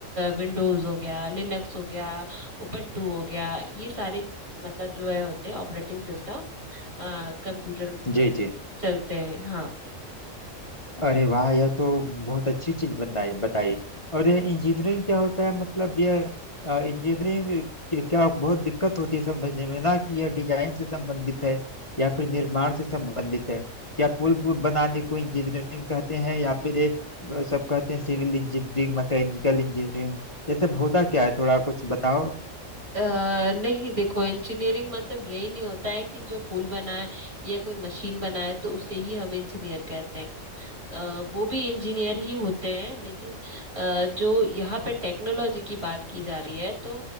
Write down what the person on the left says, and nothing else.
जी जी
अरे वाह यह तो बहुत अच्छी चीज बनाई बताई और यह इंजीनियरिंग क्या होता है मतलब यह अ, इंजीनियरिंग के क्या बहुत दिक्कत होती है समझने में ना कि यह डिजाइन से संबंधित है या फिर निर्माण से संबंधित है या पुल बु- बनाने को इंजीनियरिंग कहते हैं या फिर ये अ, सब कहते हैं सिविल इंजीनियरिंग मैकेनिकल इंजीनियरिंग यह सब होता क्या है थोड़ा कुछ बताओ